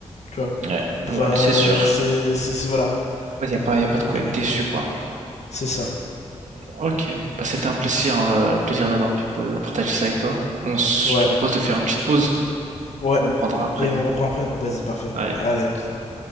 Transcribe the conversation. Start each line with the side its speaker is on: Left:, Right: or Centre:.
Left: Tu vois.
Right: Ouais,
Left: Bah,
Right: ouais, c'est sûr.
Left: c'est, c'est, c'est- voilà.
Right: Il n'y a pas, y a pas
Left: Donc,
Right: de quoi être
Left: euh,
Right: déçu, quoi.
Left: c'est ça.
Right: Ok, bah c'était un plaisir, euh, plaisir d'avoir pu euh, partager ça avec toi. On s-
Left: Ouais,
Right: je te propose de faire une petite pause.
Left: ouais.
Right: On reprendra après.
Left: Et on reprend après. Vas-y, parfait.
Right: Allez.
Left: Allez, à tout à l'heure.